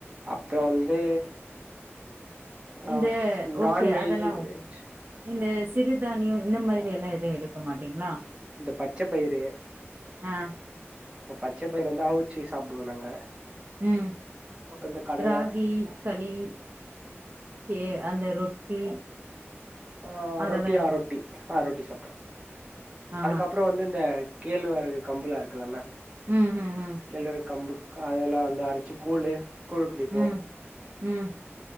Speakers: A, on the right; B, on the right.
A: அப்புறோ வந்து ஆ
B: இந்த ஓகே
A: நான்வெஜ்
B: அதெல்லா ஓக் இந்த சிறுதானியோ இந்த மாரி எல்லா எதுவு எடுக்க மாட்டீங்ளா
A: இந்த பச்சபயிறு
B: அ
A: இந்த பச்சபயிறு இருந்தா அவுச்சி சாப்டுவோ நாங்க
B: ம்
A: அப்ப இந்த கடல
B: ராகி களி ஏ அந்த ரொட்டி
A: அ
B: அதெல்லா
A: ரொட்டியா
B: எது
A: ரொட்டி அ ரொட்டி சாப்ட்ட
B: ஆ
A: அதுக்கப்புறோ வந்து இந்த கேழ்வரகு கம்புலாருக்கல மேம்
B: ம் ம் ம்
A: கேழ்வரக்கம்பு கா அதையெல்லா வந்து அரச்சி கூழு கூழ் குடிப்போ
B: ம் ம்